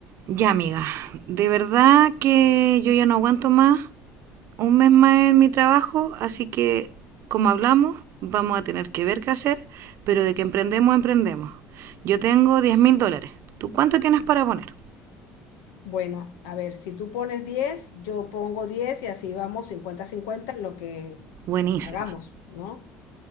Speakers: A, on the right; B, on the left.
A: Ya, amiga, de verdad que yo ya no aguanto más un mes más en mi trabajo, así que, como hablamos, vamos a tener que ver qué hacer, pero de que emprendemos, emprendemos. Yo tengo diez mil dólares. ¿Tú cuánto tienes para poner?
B: Bueno, a ver, si tú pones 10, yo pongo 10 y así vamos 50 cincuenta en lo que
A: Buenísima,
B: hagamos, ¿no?